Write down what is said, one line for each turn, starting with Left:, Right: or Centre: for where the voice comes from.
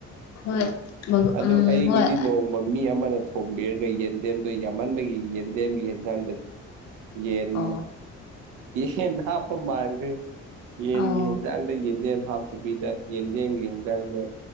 Left: ꯍꯣꯏ
Right: ꯑꯗꯨ
Left: ꯎꯝ
Right: ꯑꯩꯒꯤꯗꯤ
Left: ꯍꯣꯏ
Right: ꯅꯣꯡ ꯊꯣꯡꯕ ꯃꯤ ꯑꯃꯅ ꯊꯣꯡꯕꯤꯔꯒ ꯌꯦꯟꯗꯦꯝꯗꯣ ꯌꯥꯝꯃꯟꯕꯒꯤ ꯌꯦꯟꯗꯦꯝꯒꯤ ꯌꯦꯟꯖꯥꯡꯗꯣ ꯌꯦꯟ
Left: ꯑꯣ
Right: ꯌꯦꯟ ꯍꯥꯞꯄ‌ ꯃꯥꯟꯈ꯭ꯔꯦ ꯌꯦꯟꯒꯤ
Left: ꯑꯣ
Right: ꯍꯦꯟꯖꯥꯡꯗ ꯌꯦꯟꯗꯦꯝ ꯍꯥꯞꯇꯕꯤꯗ ꯌꯦꯟꯗꯦꯝꯒꯤ ꯌꯦꯟꯖꯥꯡꯗ